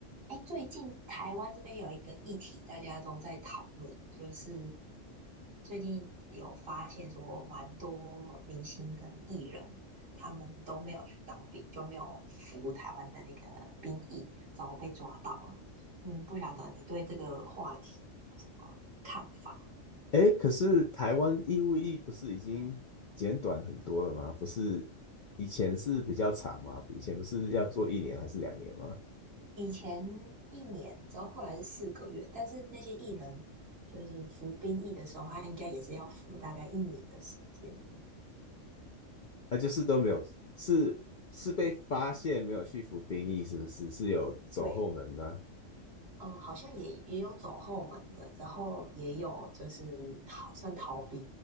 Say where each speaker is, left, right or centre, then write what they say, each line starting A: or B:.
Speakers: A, on the right; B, on the left.
A: 哎，最近台湾这边有一个议题，大家都在讨论，就是最近有发现说，蛮多明星跟艺人他们都没有去当兵，就没有服台湾的那个兵役，然后被抓到了。嗯，不晓得嗯你对这个话题有没有什么看法？
B: 哎，可是台湾义务役不是已经简短很多了吗？不是以前是比较长吗？以前不是要做一年还是两年吗？
A: 以前一年，之后后来是四个月，但是那些艺人就是服兵役的时候，他应该也是要服大概一年的时间。
B: 啊，就是都没有，是是被发现没有去服兵役，是不是？是有走后门呢、
A: 对，嗯，好像也也有走后门的，然后也有就是逃算逃兵，